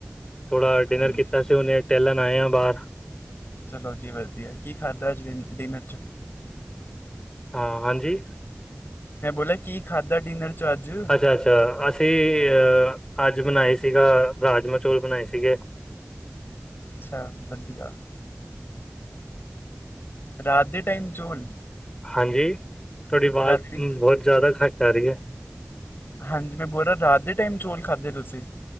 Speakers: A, on the left; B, on the left.
A: ਥੋੜਾ ਡਿਨਰ
B: ਹਾਂਜੀ
A: ਕੀਤਾ। ਅਸੀਂ ਹੁਣੇ ਟਹਿਲਣ ਆਏ ਆਂ ਬਾਹਰ।
B: ਚਲੋ ਜੀ ਵਧੀਆ, ਕੀ ਖਾਧਾ ਅੱਜ ਡਿਨਰ 'ਚ'?
A: ਹਾਂ, ਹਾਂਜੀ।
B: ਮੈਂ ਬੋਲਿਆ ਕੀ ਖਾਧਾ ਡਿਨਰ 'ਚ' ਅੱਜ?
A: ਅੱਛਾ-ਅੱਛਾ ਅਸੀਂ ਅ-ਅੱਜ ਬਣਾਈ ਸੀਗਾਂ ਰਾਜਮਾਂਹ- ਚੌਲ ਬਣਾਏ ਸੀਗੇ।
B: ਅੱਛਾ, ਵਧੀਆ ਰਾਤ ਦੇ ਟਾਈਮ ਚੋਲ।
A: ਹਾਂਜੀ, ਤੁਹਾਡੀ ਵਾਜ਼
B: ਰਾਤੀ
A: ਬਹੁਤ ਜ਼ਿਆਦਾ ਘੱਟ ਆ ਰਹੀ ਆ।
B: ਹਾਂਜੀ, ਮੈਂ ਬੋਲ ਰਿਹਾ ਰਾਤ ਦੇ ਟਾਈਮ ਚੋਲ ਖਾਂਦੇ ਤੁਸੀਂ?